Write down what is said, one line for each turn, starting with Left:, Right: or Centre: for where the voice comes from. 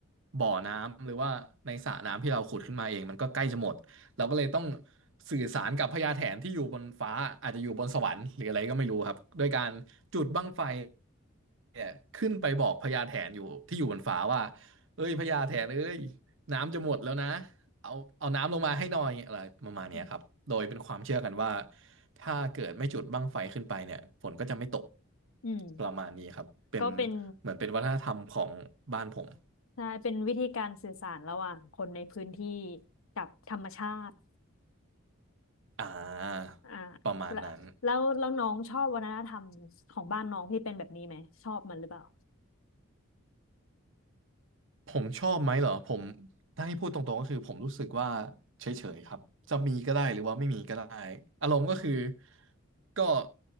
Right: บ่อน้ำหรือว่าในสระน้ำที่เราขุดขึ้นมาเองมันก็ใกล้จะหมด เราก็เลยต้องสื่อสารกับพญาแถนที่อยู่บนฟ้าอาจจะอยู่บนสวรรค์หรืออะไรก็ไม่รู้ครับด้วยการจุดบั้งไฟเนี่ยขึ้นไปบอกพญาแถนอยู่ที่อยู่บนฟ้าว่าเอ้ยพญาแถนเอ้ยน้ำจะหมดแล้วนะเอาเอาน้ำลงมาให้หน่อยอะไรประมาณเนี้ยครับโดยเป็นความเชื่อกันว่า
Left: อืม
Right: ถ้าเกิดไม่จุดบั้งไฟขึ้นไปเนี่ยฝนก็จะไม่ตก
Left: อืม
Right: ประมาณนี้ครับเป็น
Left: ก็เป็น
Right: เหมือนเป็นวัฒนธรรมของบ้านผม
Left: ใช่เป็นวิธีการสื่อสารระหว่างคนในพื้นที่กับธรรมชาติ
Right: อ่า
Left: อ่า
Right: ประมาณนั้น
Left: แล้วแล้วแล้วน้องชอบวัฒนธรรมของบ้านน้องที่เป็นแบบนี้ไหมชอบมันหรือเปล่า
Right: ผมชอบไหมเหรอผมถ้าให้พูดตรงๆก็คือผมรู้สึกว่าเฉยๆครับจะมีก็ได้หรือว่าไม่มีก็ได้อารมณ์ก็คือก็